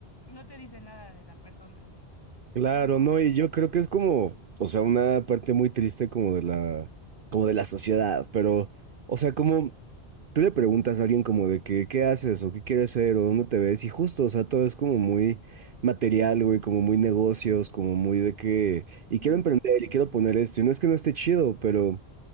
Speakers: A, on the left; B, on the right.
A: no te dice nada de la persona,
B: claro,
A: pero
B: no, y yo creo que es como, o sea, una parte muy triste como de la, como de la sociedad, pero, o sea, como... tú le preguntas a alguien como de que, qué haces o qué quieres ser o dónde te ves y justo, o sea, todo es como muy material, güey, como muy negocios, como muy de que, y
A: ujú,
B: quiero emprender y quiero poner esto, y no es que no esté chido, pero...